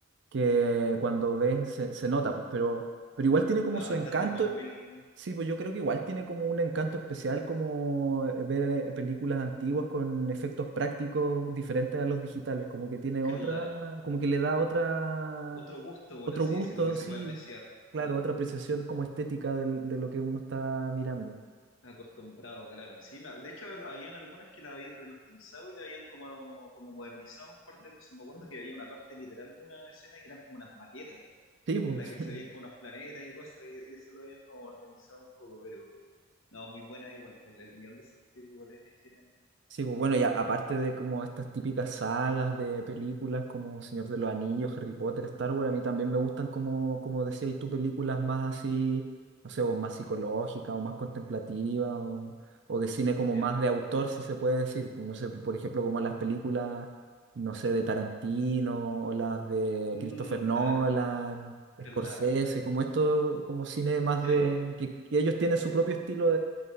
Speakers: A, on the right; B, on the left.
A: que cuando ves se, se nota, pues, pero, pero igual tiene como
B: claro,
A: su
B: antes
A: encanto.
B: del dos mil
A: Sí, pues yo creo que igual tiene como un encanto especial como eh, ver eh, películas antiguas con efectos prácticos diferentes a los digitales, como que tiene
B: claro.
A: otra, como que le da otra,
B: Otro gusto, por
A: otro
B: así
A: gusto,
B: decirlo, que se
A: sí,
B: puede apreciar,
A: claro,
B: claro.
A: otra apreciación como estética del- de lo que uno está mirando.
B: Acostumbrado, claro. Sí, me- de hecho, habían algunas que la habían remasterizado y le habían como, como modernizado un par de cosas. Me acuerdo que había una parte literal de una escena que eran como unas maquetas,
A: Sí, pues.
B: en la que se
A: <laughs>
B: veían como unos planetas y cosas, y, y eso lo habían como modernizado un poco, pero no, muy buena igual. El, el guión de esos películas es genial.
A: Sí, pues bueno, y a- aparte de como estas típicas sagas de películas como Señor de los Anillos, Harry Potter, Star Wars, a mí también me gustan como, como decías tú, películas más así, no sé, o más psicológicas o más contemplativas o, o de cine
B: Ya.
A: como más de autor, si se puede decir. Pues, No sé, pues, por ejemplo, como las películas, no sé, de Tarantino o las de
B: Mm,
A: Christopher Nolan,
B: claro, claro,
A: Scorsese,
B: claro.
A: como esto, como cine más
B: Sí,
A: de,
B: bo.
A: que, que ellos tienen su propio estilo